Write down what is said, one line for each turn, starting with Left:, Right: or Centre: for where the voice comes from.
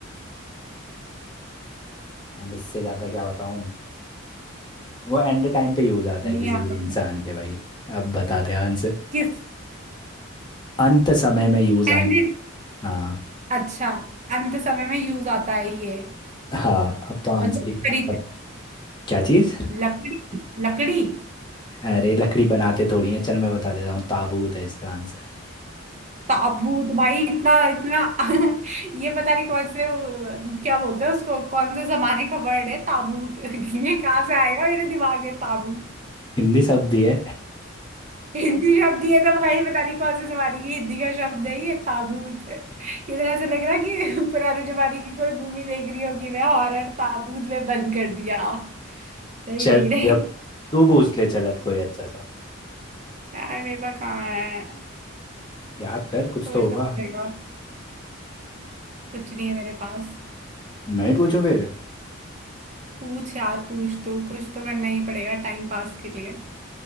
Left: अब इससे ज्यादा क्या बताऊं वो एंड टाइम पे यूज आता
Right: नहीं
Left: है किसी
Right: आ <laughs>
Left: भी इंसान के भाई अब बता दे आंसर
Right: किस
Left: अंत समय में यूज
Right: एंड
Left: आना
Right: इट
Left: हाँ
Right: अच्छा अंत समय में यूज आता है ये
Left: हाँ अब तो आंसर
Right: और जो
Left: ही
Right: खरीदते
Left: बट क्या चीज
Right: लकड़ी लकड़ी
Left: अरे लकड़ी बनाते थोड़ी है चल मैं बता देता हूँ ताबूत है इसका आंसर
Right: ताबूत भाई इतना इतना <laughs> ये पता नहीं कौन से वो- क्या बोलते हैं उसको कौन से जमाने का वर्ड है ताबूत <laughs> ये कहाँ से आएगा मेरे दिमाग में ताबूत
Left: हिंदी शब्द ही है
Right: हिंदी शब्द ही है तो भाई पता नहीं कौन से जमाने की हिंदी का शब्द है ये ताबूत ये तो ऐसे लग रहा है कि <laughs> पुराने जमाने की कोई मूवी देख रही होगी मैं हॉरर ताबूत में बंद कर दिया नहीं
Left: चल
Right: नहीं नहीं
Left: भाई अब तू पूछ ले चल अब कोई अच्छा सा
Right: यार मेरे पास कहाँ है
Left: याद कर कुछ
Right: सोचना
Left: तो होगा
Right: पड़ेगा कुछ नहीं है मेरे पास
Left: मैं ही पूछूं फिर
Right: पूछ यार पूछ तू कुछ तो करना ही पड़ेगा टाइम पास के लिए